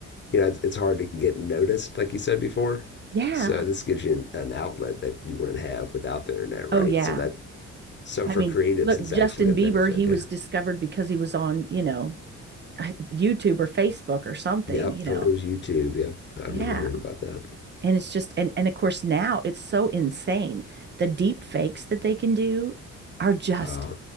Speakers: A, on the left; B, on the right.
A: you know, it's, hard to get noticed, like you said before.
B: Yeah.
A: So this gives you an, outlet that you wouldn't have without the internet, right?
B: Oh, yeah.
A: So that so
B: I
A: for
B: mean,
A: creatives,
B: look,
A: it's
B: Justin
A: actually a benefit.
B: Bieber, he
A: Yeah.
B: was discovered because he was on, you know, YouTube or Facebook or something,
A: Yep.
B: you know.
A: Oh, it was YouTube. Yep. I
B: Yeah.
A: remember hearing about that.
B: And it's just and and of course now it's so insane. The deep fakes that they can do are just
A: Uh,